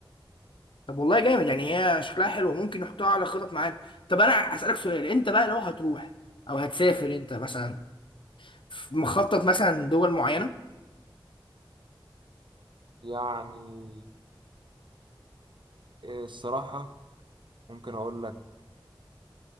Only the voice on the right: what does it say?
يعني آه، الصراحة ممكن اقول لك